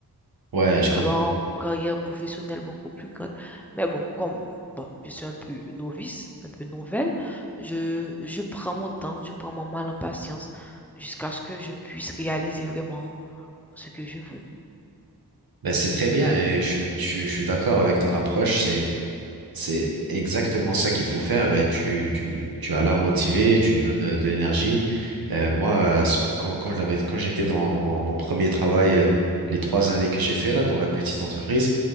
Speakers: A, on the right; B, in the centre.
A: Ouais,
B: Plus
A: je
B: grand,
A: comprends.
B: carrière professionnelle beaucoup plus grande. Mais bon, comme bon, je suis un peu novice, un peu nouvelle, je je prends mon temps, je prends mon mal en patience jusqu'à ce que je puisse réaliser vraiment ce que je veux.
A: Ben, c'est très bien et je suis, je, suis je suis d'accord avec ton approche. C'est, C'est exactement ça qu'il faut faire et tu, tu, tu as l'air motivé, tu donnes euh, de l'énergie. Euh, moi, à ce- quand, quand j'avais, quand j'étais dans mon, mon premier travail, euh, les trois années que j'ai fait là dans la petite entreprise,